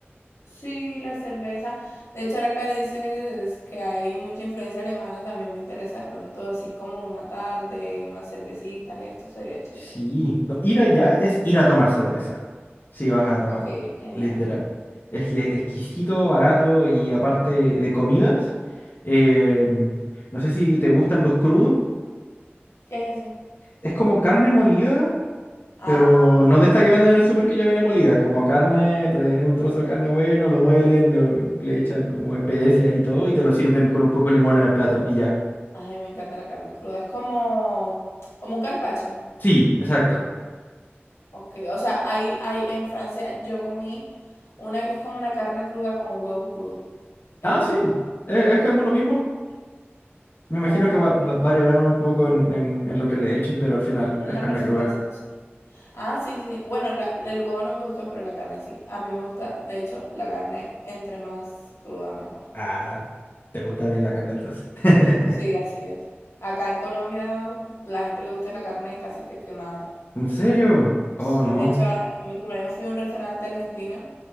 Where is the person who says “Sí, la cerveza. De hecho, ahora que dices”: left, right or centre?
Left